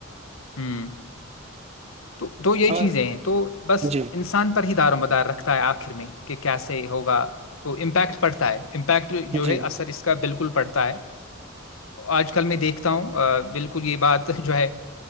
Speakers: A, on the left; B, on the right.
A: ہوں تو دو یہ
B: اور
A: چیزیں ہیں تو بس
B: جی
A: انسان پر ہی دار مدار رکھتا ہے آخر آخھر میں کہ کیس ہوگا تو امپیکٹ پڑتا ہے بیک جو
B: جی
A: ہے اثر اس کا بالکل پڑتا ہے آج کل میں دیکھتا ہوں بالکل یہ بات جو ہے